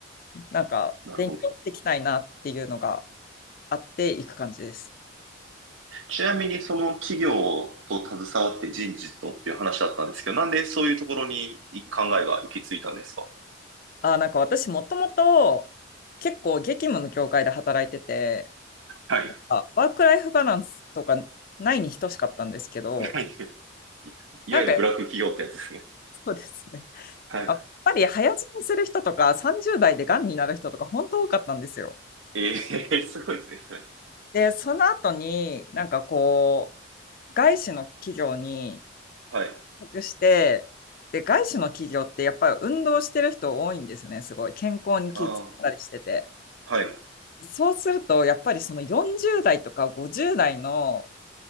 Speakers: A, on the left; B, on the right.
A: なんか勉強していきたいなっていうのが
B: なるほど。
A: あっていく感じです。
B: ちなみに、その企業と携わって人事とっていう話だったんですけど、なんでそういうところに考えが行き着いたんですか
A: あ、なんか私もともと結構激務の業界で働いてて、
B: はい。
A: あワークライフバランスとかないに等しかったんですけど、
B: はい。<laughs> いわゆるブラック企業ってやつですね。
A: なんかそうですね。
B: はい。
A: やっぱり早死にする人とか30代でがんになる人とか本当多かったんですよ。
B: ええすごいですね、それ。
A: で、その後に、なんかこう、外資の企業に
B: はい。
A: 委託して、で、外資の企業ってやっぱり運動してる人多いんですよね、すごい。健康に気遣ったりしてて。
B: ああ、はい。
A: そうすると、やっぱりその40代とか50代の、